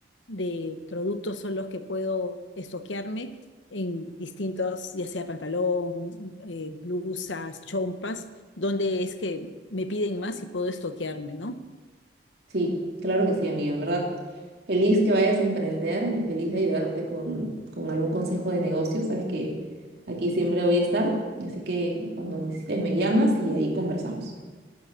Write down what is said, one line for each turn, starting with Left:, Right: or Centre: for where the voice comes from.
Left: de productos son los que puedo estoquearme en distintos, ya sea pantalón, eh, blusas, chompas, dónde es que me piden más y puedo estoquearme, ¿no?
Right: Sí, claro que sí, amiga. En verdad, feliz que vayas a emprender y feliz de ayudarte con, con algún consejo de negocio. Sabes que aquí siempre voy a estar, así que cuando necesites me llamas y ahí conversamos.